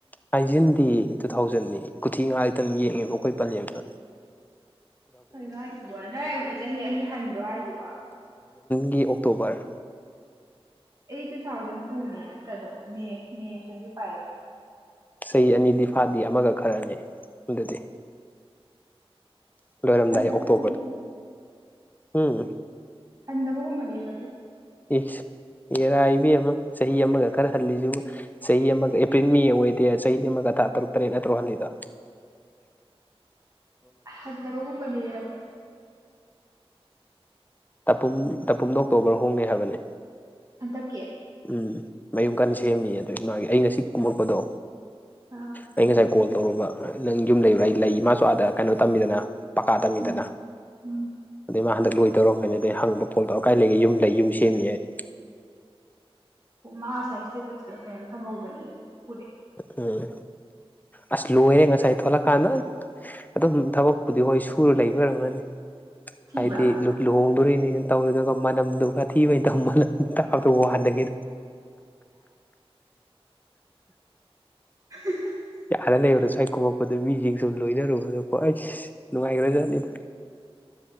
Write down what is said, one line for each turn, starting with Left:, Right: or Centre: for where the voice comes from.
Left: ꯑꯥꯏꯖꯤꯟꯗꯤ ꯇꯨ ꯊꯥꯎꯖꯟꯅꯤ ꯀꯨꯊꯤ ꯉꯥ ꯇꯪ ꯌꯦꯡꯉꯦꯕ ꯑꯩꯈꯣꯏ ꯄꯜꯂꯤꯕꯅ
Right: ꯀꯩꯅꯣ ꯍꯥꯏꯁꯤꯕꯣ ꯅꯔ ꯑꯩꯈꯣꯟꯅꯦ ꯆꯍꯤ ꯑꯅꯤ ꯍꯟꯕ꯭ꯔꯣ ꯍꯥꯏꯁꯤꯕꯣ
Left: ꯒꯤ ꯑꯣꯛꯇꯣꯕꯔ
Right: ꯇꯨ ꯊꯥꯎꯖꯟ ꯇ ꯃ ꯇ꯭ꯋꯦꯟ ꯐꯚ
Left: ꯆꯍꯤ ꯑꯅꯤꯗꯤ ꯐꯥꯗꯦ ꯑꯃꯒ ꯈꯔꯅꯤ ꯑꯗꯨꯗꯤ ꯂꯣꯏꯔꯝꯗꯏ
Right: ꯍꯟꯗꯕꯒꯨꯝꯕꯅꯦꯕ
Left: ꯑꯣꯛꯇꯣꯕꯔ ꯎꯝ
Right: ꯍꯟꯗꯕꯒꯨꯝꯕꯅꯤꯕ
Left: ꯌꯦꯁ ꯏꯔꯥꯏ ꯏꯕꯤ ꯑꯃ ꯆꯍꯤ ꯑꯃꯒ ꯈꯔ ꯍꯜꯂꯤꯁꯤꯕꯨ ꯆꯍꯤ ꯑꯃꯒ ꯑꯦꯄ꯭ꯔꯤꯜ ꯃꯤ ꯑꯣꯏꯗꯦ ꯆꯍꯤ ꯑꯃꯒ ꯊꯥ ꯇꯔꯨꯛ ꯇꯔꯦꯠꯅ ꯇꯔꯨꯛ ꯍꯅꯤꯗ
Right: ꯍꯕꯒꯨꯝꯃꯅꯤ ꯌꯥꯗ
Left: ꯇ ꯇꯄꯨꯝꯗ ꯑꯣꯛꯇꯣꯕꯔ ꯍꯣꯡꯅꯤꯦ ꯍꯥꯏꯕꯅꯤ
Right: ꯍ ꯇ ꯀꯦ
Left: ꯎꯝ ꯃꯌꯨꯝ ꯀꯟꯅ ꯁꯦꯝꯃꯤ ꯑꯗꯨ ꯃꯥꯒꯤ ꯑꯩ ꯉꯁꯤ ꯀꯨꯝꯃꯛꯄꯗꯣ
Right: ꯑꯥ
Left: ꯑꯩ ꯉꯁꯥꯏ ꯀꯣꯜ ꯇꯧꯔꯨꯕ ꯅꯪ ꯌꯨꯝ ꯂꯩꯔꯥ ꯑꯩ ꯂꯩ ꯃꯥꯁꯨ ꯑꯥꯗ ꯀꯩꯅꯣ ꯇꯝꯃꯤꯗꯅ ꯄꯀꯥ ꯇꯝꯃꯤꯗꯅ
Right: ꯎꯝ ꯎꯝ
Left: ꯑꯗꯨꯗꯩ ꯃꯥ ꯍꯟꯗꯛ ꯂꯣꯏ ꯇꯧꯔꯝ ꯀꯅꯤ ꯑꯗꯩ ꯍꯪꯕ ꯀꯣꯜ ꯇꯧꯔ ꯀꯥꯏ ꯂꯩꯒꯦ ꯌꯨꯝ ꯂꯩ ꯌꯨꯝ ꯁꯦꯝꯃꯤ ꯍꯥꯏꯗꯤ
Right: ꯑꯣ ꯃꯥ ꯉꯁꯥꯏ ꯏꯁꯇꯦꯇꯁꯇꯗ ꯀꯩꯝ ꯊꯝꯍꯧꯕꯕꯅꯦ ꯑꯩꯦ
Left: ꯎꯝ ꯑꯁ ꯂꯣꯏꯔꯦ ꯉꯁꯥꯏ ꯑꯩ ꯊ ꯊꯣꯛꯂꯛ ꯀꯥꯟꯅ ꯑꯗꯨꯝ ꯊꯕꯛꯄꯨꯗꯤ ꯍꯣꯏ ꯁꯨꯔ ꯂꯩꯕꯔꯝꯒꯅꯤ
Right: ꯊꯤꯕ꯭ꯔꯥ
Left: ꯍꯥꯏꯗꯤ ꯂꯨꯍꯣꯡꯗꯣꯔꯤꯅꯤꯅ ꯇꯧꯔꯤꯗꯨꯒ ꯃꯅꯝꯗꯨꯒꯊꯤꯕꯩꯅ ꯇ ꯃꯅꯝ ꯑꯗ ꯋꯥꯔ ꯅꯒꯦꯅ
Right: <unintelligible>
Left: ꯌꯥꯔ ꯂꯩꯔꯨꯔꯣ ꯆꯥꯏꯀꯣꯃꯛꯄꯗ ꯃꯤꯁꯤꯡ ꯁꯨꯝ ꯂꯣꯏꯅꯔꯨꯕ ꯑꯗꯣꯀꯣ ꯑꯩꯁ ꯅꯨꯡꯉꯥꯏꯈ꯭ꯔꯖꯠꯅꯤꯗ <unintelligible>